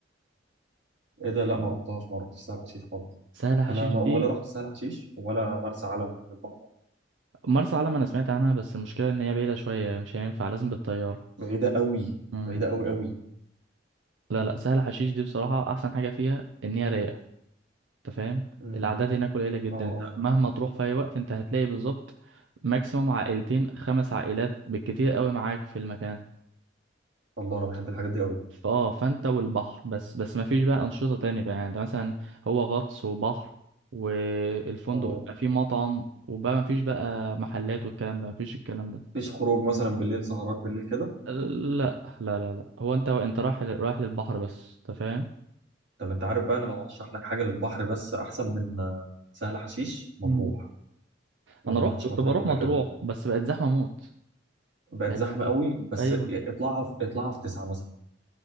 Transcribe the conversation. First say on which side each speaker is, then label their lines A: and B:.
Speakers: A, on the right (about 70°); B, on the right (about 80°).
A: ايه ده لا ما رحتهاش ما رحتش سهل حشيش خالص
B: سهل حشيش
A: انا ما ولا
B: دي
A: رحت سهل حشيش ولا مرسى علم بالبحر
B: مرسى علم انا سمعت عنها بس المشكله ان هي بعيده شويه مش هينفع لازم بالطياره
A: بعيدة قوي
B: مم.
A: بعيدة قوي قوي
B: لا لا سهل حشيش دي بصراحه احسن حاجه فيها ان هي رايقه انت فاهم
A: امم
B: الاعداد هناك قليله جدا
A: اه
B: انت
A: اه
B: مهما تروح في اي وقت انت هتلاقي بالظبط ماكسيموم عائلتين خمس عائلات بالكتير قوي معاك في المكان
A: والله انا بحب الحاجات دي قوي
B: فاه فانت والبحر بس بس ما فيش بقى انشطه تانية بقى يعني ده مثلا هو غطس وبحر والفندق
A: اه
B: يبقى فيه مطعم وبقى ما فيش بقى محلات والكلام ده ما فيش الكلام ده
A: مفيش خروج مثلا بالليل سهرات بالليل كده
B: لا لا لا لا هو انت انت رايح رايح للبحر بس انت فاهم
A: طب انت عارف بقى انا لو هرشح لك حاجة للبحر بس احسن من آه، سهل حشيش مطروح
B: مم.
A: لو
B: انا
A: ما
B: رحت
A: رحتش
B: كنت
A: مطروح
B: بروح
A: قبل
B: مطروح
A: كده
B: بس بقت زحمه موت
A: بقت
B: بقت
A: زحمة قوي بس
B: ايوه
A: اطلعها في اطلعها في تسعة مثلا